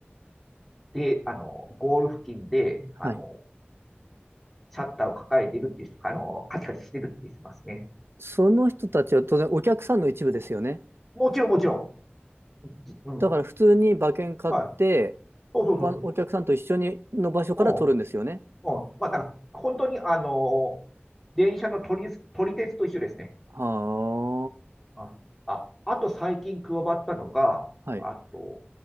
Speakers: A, in the centre; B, on the right (about 80°).
A: で、あの、ゴール付近で、あの、
B: はい。
A: シャッターを抱えてるっていう人、あの、カチカチしてるっていう人いますね。
B: その人たちは当然お客さんの一部ですよね。
A: もちろん、もちろん。うん。
B: だから普通に馬券買って、
A: はい。そうそうそうそうそ
B: 他のお客さんと一緒にの場所から取るんですよね。
A: う。うん。うん。まあ、なんか、本当に、あの、電車の撮り、撮り鉄と一緒ですね。
B: は
A: あ、あ、あと最近加わったのが、
B: あ。はい。
A: あと、